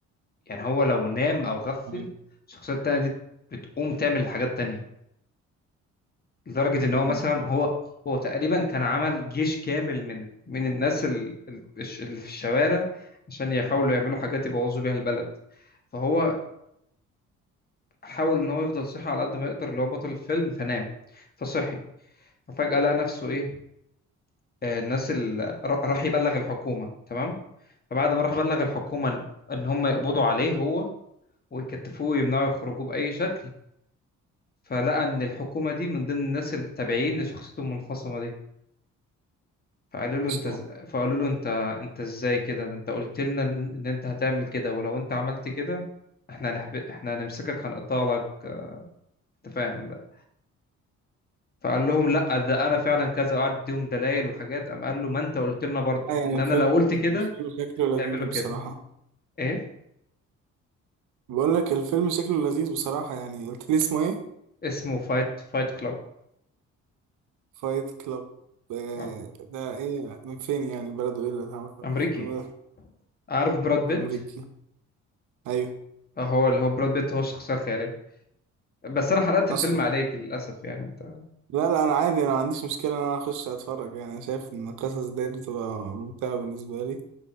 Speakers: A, on the left; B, on the right.
A: يعني هو لو نام او غفل
B: أيوة.
A: الشخصيه التانيه دي بتقوم تعمل حاجات تانية لدرجة ان
B: مم.
A: هو مثلا هو هو تقريبا كان عمل جيش كامل من من الناس ال- ال- الش- اللي في الشوارع عشان يحاولوا يعملوا حاجات يبوظوا بيها البلد فهو حاول ان هو يفضل صحي على قد ما يقدر اللي هو بطل الفيلم فنام فصحي ففجأة لقى نفسه ايه آه، الناس اللي راح يبلغ الحكومة تمام فبعد ما راح بلغ الحكومة ان إن هم يقبضوا عليه هو ويكتفوه ويمنعوا يخرجوه بأي شكل فلقى ان الحكومة دي من ضمن الناس التابعين لشخصيته المنفصمة دي فقالوا له
B: اصلا
A: انت إز- فقالوا له انت انت ازاي كده ده انت قلت لنا ان إن انت هتعمل كده ولو انت عملت كده احنا هنحب... احنا هنمسكك هنقطع لك انت فاهم بقى فقال لهم لا ده انا فعلا كذا وقعد يديهم دلائل وحاجات قام قال له ما انت قلت لنا برضو
B: آه، يعني
A: اللي
B: الفيلم
A: انا لو قلت كده
B: الفيلم شكله لذيذ
A: تعمله كده
B: بصراحة
A: ايه
B: بقول لك الفيلم شكله لذيذ بصراحة يعني قلت لي اسمه ايه
A: اسمه فايت فايت كلاب
B: فايت كلاب آه،
A: اه
B: ده ايه من فين يعني بلده ايه اللي اتعمل
A: امريكي
B: الفيلم ده
A: عارف براد بيت
B: امريكي ايوه
A: اه هو اللي هو براد بيت هو الشخصيه الخياليه بس انا حرقت
B: اصلا
A: الفيلم عليك للاسف يعني انت
B: لا لا انا عادي انا ما عنديش مشكلة ان انا اخش اتفرج يعني أنا شايف ان القصص دي بتبقى ممتعة بالنسبة لي